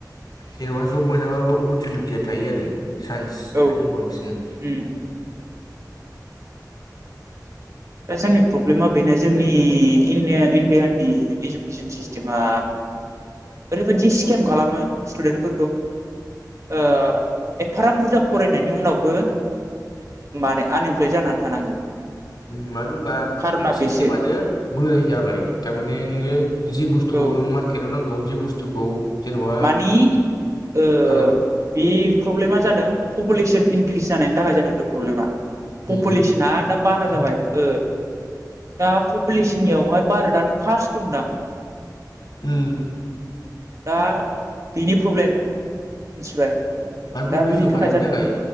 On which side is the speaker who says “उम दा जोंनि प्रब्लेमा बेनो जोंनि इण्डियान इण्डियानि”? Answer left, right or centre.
Right